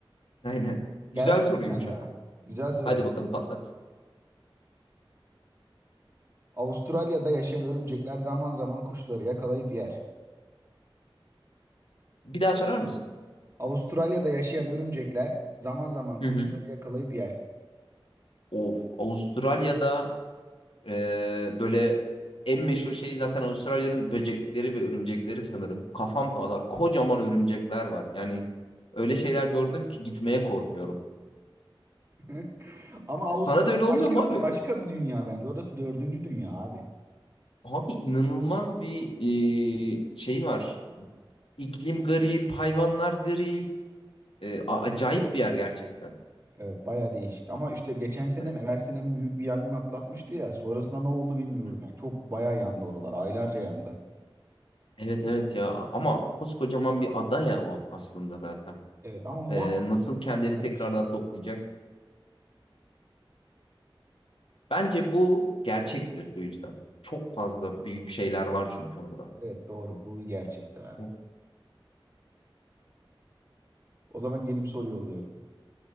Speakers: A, on the left (about 85°); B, on the right (about 35°).
A: Aynen. Güzel
B: Gelsin
A: soruymuş
B: bir tane daha.
A: ama.
B: Güzel soruydu.
A: Hadi bakalım patlat.
B: Avustralya'da yaşayan örümcekler zaman zaman kuşları yakalayıp yer.
A: Bir daha sorar mısın?
B: Avustralya'da yaşayan örümcekler zaman zaman
A: Hı
B: kuşları
A: hı.
B: yakalayıp yer.
A: Of Avustralya'da e, böyle en meşhur şey zaten Avustralya'nın böcekleri ve örümcekleri sanırım. Kafam kadar kocaman örümcekler var. Yani öyle şeyler gördüm ki gitmeye korkuyorum.
B: <laughs> Ama Avustralya
A: Sana da öyle olmuyor
B: başka
A: mu abi?
B: bir, başka bir dünya bence. Orası dördüncü dünya abi.
A: Abi inanılmaz bir e, şey var. İklim garip, hayvanlar garip. E, a- acayip bir yer gerçekten.
B: Evet baya değişik ama işte geçen sene
A: Evet.
B: mi evvel sene mi büyük bir yangın atlatmıştı ya sonrasında ne oldu bilmiyorum
A: Hı hı.
B: yani çok baya yandı oralar aylarca yandı.
A: Evet evet ya ama koskocaman bir ada ya o aslında zaten.
B: Evet ama muhakkak
A: Ee, nasıl kendini
B: yanmıştır.
A: tekrardan toplayacak? Bence bu gerçektir bu yüzden. Çok fazla büyük şeyler var çünkü orada.
B: Evet doğru bu bir gerçekti abi.
A: Of,
B: O zaman yeni bir soru yolluyorum.